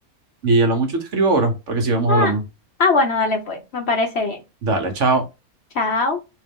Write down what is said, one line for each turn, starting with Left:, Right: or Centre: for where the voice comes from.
Right: y a lo mucho te escribo ahora para que sigamos
Left: Ah,
Right: hablando.
Left: ah, bueno, dale pues. Me parece bien.
Right: Dale, chao.
Left: Chao.